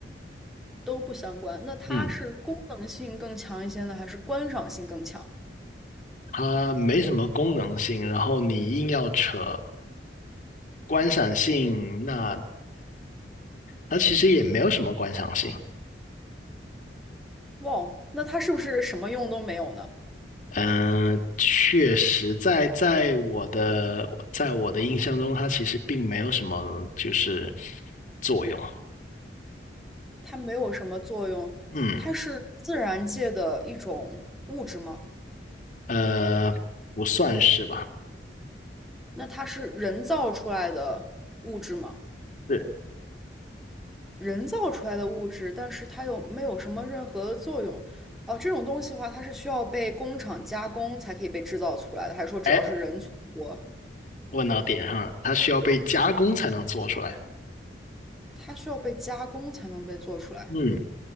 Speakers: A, in the centre; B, on the left (about 45°).
A: 都不相关。那它是功能性更强一些呢，
B: 嗯，
A: 还是观赏性更强？
B: 它没什么功能性，然后你硬要扯观赏性，那它其实也没有什么观赏性，
A: 哇，那它是不是什么用都没有呢？
B: 嗯，确实在，在我的在我的印象中，它其实并没有什么就是作用。
A: 它没有什么作用，
B: 嗯，
A: 它是自然界的一种物质吗？
B: 呃，不算是吧？
A: 那它是人造出来的物质吗？
B: 是，
A: 人造出来的物质，但是它又没有什么任何的作用。哦，这种东西的话，它是需要被工厂加工才可以被制造出来的，还是说只要是人存活，
B: 哎，问到点上了，它需要被加工才能做出来。
A: 它需要被加工才能被做出来？
B: 嗯，